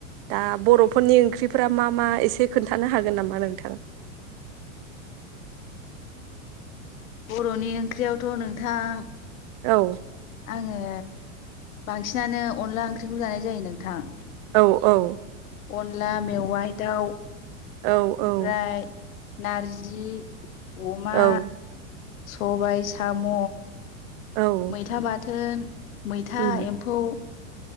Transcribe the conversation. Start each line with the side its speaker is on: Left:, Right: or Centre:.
Right: दा बरफोरनि ओंख्रिफोरा मा मा एसे खोन्थानो हागोन नामा नोंथां?
Left: बरनि ओंख्रियावथ नोंथां
Right: औ
Left: आङो बांसिनानो अनला ओंख्रिखौ जानाय जायो नोंथां
Right: औ औ
Left: अनला मेवाइ दाउ
Right: औ
Left: ओमफ्राय
Right: औ
Left: नारजि अमा
Right: औ
Left: सबायाइ सा साम
Right: औ
Left: मैथा बा बाथोन। मैथा
Right: उम
Left: एम्फौ